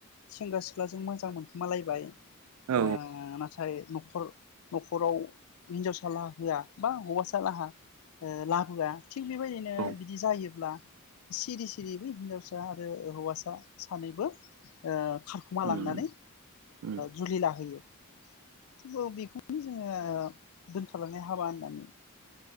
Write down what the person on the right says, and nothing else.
औ
औ
उम
उम